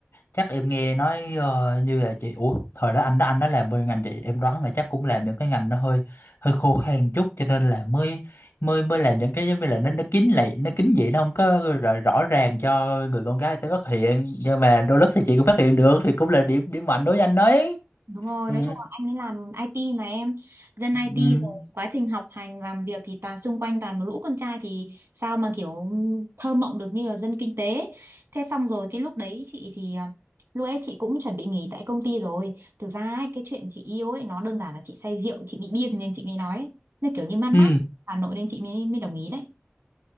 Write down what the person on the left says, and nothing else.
chắc em nghe nói ờ, như là chị ủa thời đó anh đó anh đó làm bên ngành chị em đoán là chắc cũng làm những cái ngành nó hơi hơi khô khan chút cho nên là mới mới mới làm những cái giống như là nó nó kín lại nó kín vậy nó không có rõ, rõ ràng cho người con gái tới phát hiện nhưng mà đôi lúc thì chị cũng phát hiện được thì cũng là điểm điểm mạnh đối với anh đấy
ừ
ừ
ừ